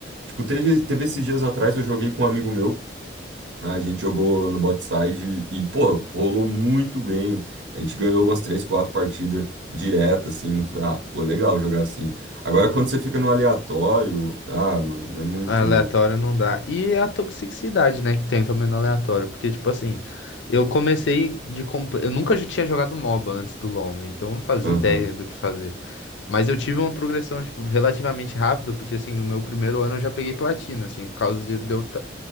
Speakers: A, on the right; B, on the left.
A: Tipo, teve, teve esses dias atrás, eu joguei com um amigo meu, né, A gente jogou no Botside e, pô, rolou muito bem. A gente ganhou umas três, quatro partidas direto, assim. Eu Falei, ah, pô, legal jogar assim. Agora,
B: Sim.
A: quando você fica no aleatório, ah, mano, é muito.
B: Aleatório não dá. E a toxicidade, né, que tem também no aleatório. Porque, tipo assim, eu comecei de. comp- Eu nunca tinha jogado MOBA antes do LoL, né? Então eu não fazia
A: Aham,
B: ideia do que fazer. Mas eu tive uma progressão, tipo, relativamente rápida, porque, assim, no meu primeiro ano eu já peguei platina, assim, por causa de, de eu... ta-